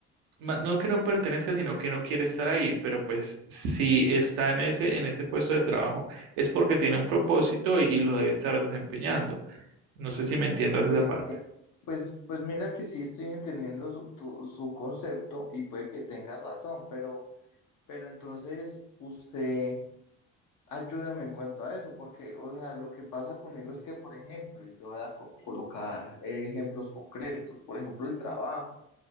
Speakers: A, on the right; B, on the left.
A: Ma- No que no pertenezca, sino que no quiere estar ahí, pero pues si está en ese, en ese puesto de trabajo es porque tiene un propósito y, y lo debe estar desempeñando. No sé si me entiendas
B: Eh,
A: esa parte.
B: pues, pues mira que sí estoy entendiendo su, tu- su concepto y puede que tenga razón, pero, pero entonces usted Ayúdame en cuanto a eso, porque, o sea, lo que pasa conmigo es que, por ejemplo, y te voy a co- colocar eh, ejemplos concretos, por ejemplo, el trabajo.